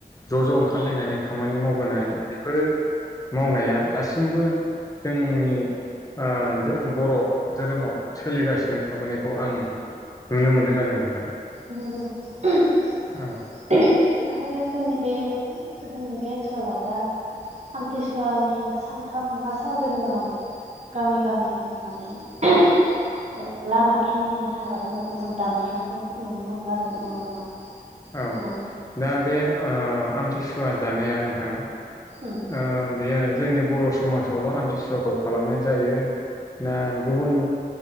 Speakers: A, on the left; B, on the right.
A: ज' ज' ओंखारलायनानै खामानि मावबोनाय बेफोरो मावनाया दासिमबो जोंनि ओ धो बर' धोरोमाव सोलिगासिनो थाबोनायखौ आं नुनो मोनदों आरो नोंथां।
B: <unintelligible>
A: औ
B: आरो जोंनि बे जोंनि बे ओनसोलाव दा <unintelligible> आम्थिसुवानि सानथाम बा सानब्रैनि उनाव गामि गामि माने <unintelligible> ओ लामाखिनिनि हाग्रा बंग्राखौ जों दानस्र'नायखौ नुनो मोनो आरो जमा जमा
A: औ
B: माने
A: दा बे ओ आम्थिसुवा जानाया नोंथां।
B: उम।
A: ओ बियो जोंनि बर' समाजावल' आम्थिसुवाखौ खालामनाय जायो। ना गुबुन